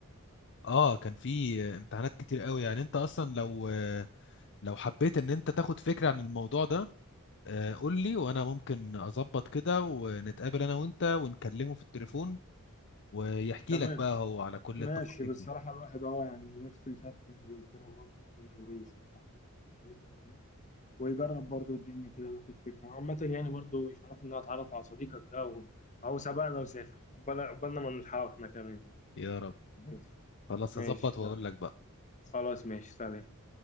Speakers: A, on the left (about 55°); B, on the left (about 35°).
A: اه كان في امتحانات كتير قوي يعني انت اصلا لو لو حبيت ان انت تاخد فكرة عن الموضوع ده آه، قول لي وانا ممكن اظبط كده ونتقابل انا وانت ونكلمه في التليفون ويحكي
B: تمام
A: لك بقى هو على كل
B: ماشي
A: التفاصيل
B: بصراحة
A: دي
B: الواحد اه يعني نفسه يسافر انجلترا برضه وي- ويشوف العادات والتقاليد اللي هناك ويجرب برضه الدنيا كده وياخد فكرة عامة يعني برضه يشرفني ان أنا اتعرف على صديقك ده وهو اهو سبقنا وسافر قبلنا قبلنا ما نلحقه احنا كمان
A: يا رب
B: ماشي
A: خلاص
B: ماشي
A: هظبط واقول
B: يلا
A: لك بقى
B: خلاص ماشي سلام